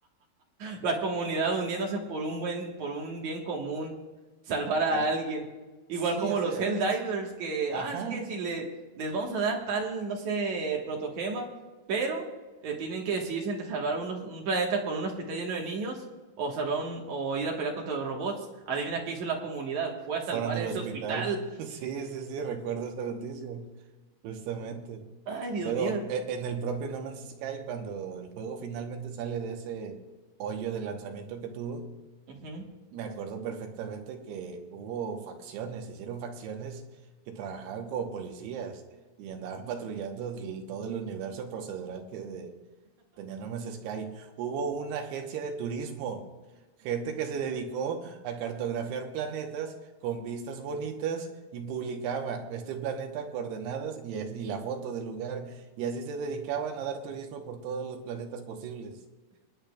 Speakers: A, on the right; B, on the right.
A: La comunidad uniéndose por un buen, por un bien común, salvar a
B: sea,
A: alguien. Igual
B: sí,
A: como
B: o sea,
A: los Helldivers, que,
B: ajá,
A: ah, es que si le, les vamos a dar tal, no sé, protogema, pero eh, tienen que decidirse entre salvar unos- un planeta con un hospital lleno de niños o salvar un, o ir a pelear contra los robots. Adivina qué hizo la comunidad, fue a salvar
B: fueron al
A: ese
B: hospital.
A: hospital.
B: <laughs> Sí, sí, sí, recuerdo esa noticia, justamente.
A: Ay, Dios
B: Luego,
A: mío.
B: e- en el propio No Man's Sky, cuando el juego finalmente sale de ese hoyo de lanzamiento que tuvo,
A: Ujú.
B: Me acuerdo perfectamente que hubo facciones, se hicieron facciones que trabajaban como policías y andaban <laughs> patrullando el- todo el universo procedural que de- tenía No Man's Sky. Hubo una agencia de turismo, gente que se dedicó a cartografiar planetas con vistas bonitas y publicaba este planeta, coordenadas y, es- y la foto del lugar. Y así se dedicaban a dar turismo por todos los planetas posibles.